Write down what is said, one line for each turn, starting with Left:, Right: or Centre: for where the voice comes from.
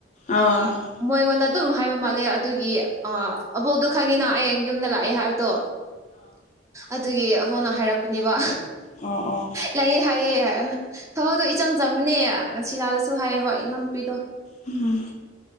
Left: ꯑꯥ
Right: ꯑ ꯃꯣꯏꯒꯣꯟꯗ ꯑꯗꯨꯝ ꯍꯥꯏꯕ ꯃꯥꯜꯂꯦ ꯑꯗꯨꯒꯤ ꯑ ꯑꯕꯣꯛꯇꯣ ꯈꯪꯉꯤꯅ ꯑꯩ ꯍꯌꯦꯡ ꯌꯨꯝꯗ ꯂꯥꯛꯑꯦ ꯍꯥꯏꯕꯗꯣ ꯑꯗꯨꯒꯤ ꯑꯕꯣꯛꯅ ꯍꯥꯏꯔꯛꯄꯅꯦꯕ
Left: ꯑꯣ ꯑꯣ
Right: ꯂꯩꯑꯦ ꯍꯥꯏꯌꯦ ꯊꯕꯛꯇꯣ ꯏꯆꯝ ꯆꯝꯕꯅꯦ ꯁꯤꯔꯥꯗꯁꯨ ꯍꯥꯏꯌꯦꯕ ꯏꯅꯥꯎꯅꯨꯄꯤꯗꯣ
Left: ꯎꯝ